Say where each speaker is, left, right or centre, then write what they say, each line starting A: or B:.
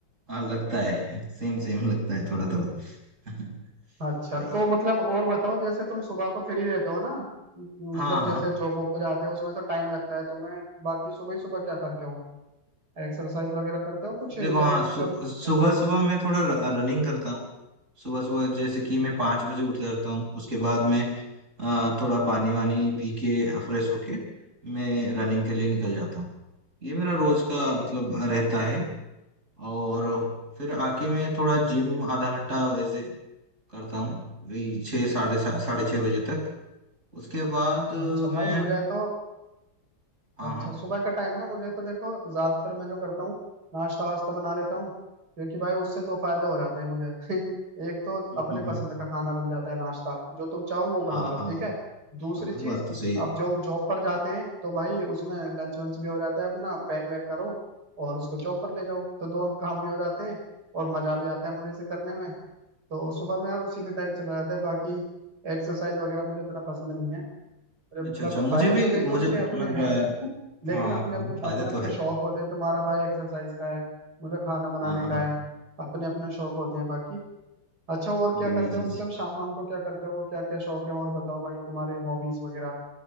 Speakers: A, on the right (about 40°); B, on the right (about 55°).
A: हाँ, लगता है सेम सेम लगता है थोड़ा थोड़ा <laughs>
B: अच्छा
A: वही
B: तो मतलब और बताओ जैसे तुम सुबह को फ्री रहते हो ना
A: हाँ
B: मतलब
A: हाँ
B: जैसे जॉब वॉब पे जाते हो उसमें तो टाइम लगता है तुम्हें बाकी सुबह ही सुबह क्या करते हो एक्सरसाइज वगैरह करते हो कुछ या
A: देखो हाँ
B: मतलब
A: सु, सुबह
B: सुबह ऐसे
A: सुबह
B: ही
A: मैं थोड़ा रनिंग करता हूँ सुबह सुबह जैसे कि मैं पाँच बजे उठ जाता हूँ उसके बाद मैं अ, थोड़ा पानी वानी पी के फ्रेश होके मैं रनिंग के लिए निकल जाता हूँ ये मेरा रोज का मतलब रहता है और फिर आके मैं थोड़ा जिम आधा घंटा वैसे करता हूँ वही छः साढ़े सा- साढ़े छः बजे तक उसके बाद अ,
B: अच्छा
A: मैं
B: भाई मुझे तो
A: हाँ
B: अच्छा
A: हाँ <laughs>
B: सुबह का टाइम ना मुझे तो देखो ज्यादातर मैं जो करता हूँ नाश्ता वास्ता बना लेता हूँ क्योंकि भाई उससे दो फायदे हो जाते हैं मुझे <laughs> एक तो
A: हम्म,
B: अपने
A: हम्म,
B: पसंद
A: हम्म,
B: का खाना बन जाता है नाश्ता जो तुम चाहो वो बना
A: हाँ
B: लो
A: हाँ
B: ठीक है दूसरी
A: हाँ
B: चीज
A: बात तो सही है
B: आप जो जॉब पर जाते हैं तो भाई उसमें लंच वंच भी हो जाता है अपना पैक वैक करो और उसको जॉब पर ले जाओ तो दोनों <laughs> काम भी हो जाते हैं और मजा भी आता है मुझे इसे करने में तो सुबह में यार उसी में टाइम चला जाता है बाकी एक्सरसाइज वगैरह मुझे इतना पसंद नहीं है अरे
A: अच्छा
B: मतलब
A: अच्छा मुझे
B: फायदे
A: भी
B: तो देखो
A: मुझे
B: उसके अपने
A: लग
B: हैं
A: रहा है
B: <laughs>
A: हाँ
B: लेकिन अपने
A: हाँ
B: अपने
A: फायदे
B: अपने अपना
A: तो है
B: शौक होते हैं तुम्हारा भाई एक्सरसाइज का है मुझे खाना बनाने
A: हाँ
B: का
A: हाँ
B: है अपने अपने शौक होते हैं बाकी अच्छा और क्या
A: जी
B: करते
A: जी
B: हो मतलब
A: जी
B: शाम वाम को क्या करते हो क्या क्या शौक है और बताओ भाई तुम्हारे हॉबीज वगैरह